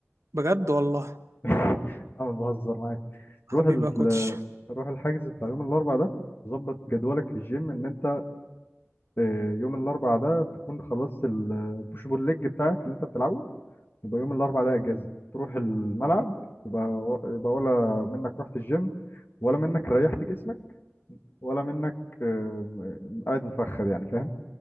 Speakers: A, on the right; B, on the left.
A: بجد والله
B: <laughs> انا بهزر معاك
A: حبيبي
B: روح ال...
A: يا كوتش
B: روح الحجز بتاع يوم الاربعاء ده ظبط جدولك في الجيم ان انت آه، يوم الاربعاء ده تكون خلصت البوش بول ليج بتاعك اللي انت بتلعبه يبقى يوم الاربع ده اجازه تروح الملعب يبقى يبقى ولا منك رحت الجيم ولا منك ريحت جسمك ولا منك آم، قاعد مفخد يعني فاهم